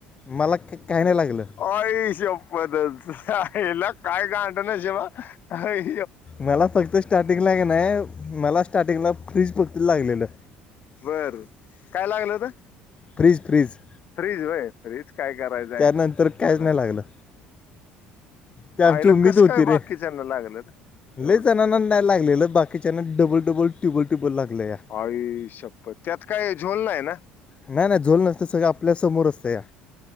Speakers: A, on the left; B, on the left.
A: मला क- काय नाही लागलं
B: अय शप्पतच. आहिला काय घाडंण नाशिब हा. हय.
A: मला फक्त स्टार्टिंगलाय का नाय. मला स्टार्टिंगला फ्रीज फक्त लागलेलं.
B: बरं, काय लागल होत?
A: प्रिज प्रिज
B: फ्रीज वय फ्रीज काय करायचय
A: त्यानंतर काहीच
B: आहे
A: नाही लागलं ते आमची
B: आईला
A: उमेद
B: कस
A: होती
B: काय
A: रे
B: बाकीच्यांना लागलं एवढं
A: लय जणांना नाही लागलेलं बाकीच्यांन डबल डबल ट्युबल ट्युबल लागलं या
B: अई शपथ त्यात काय झोल नाही ना
A: नाही नाही झोल नसते सगळं आपल्या समोर असत या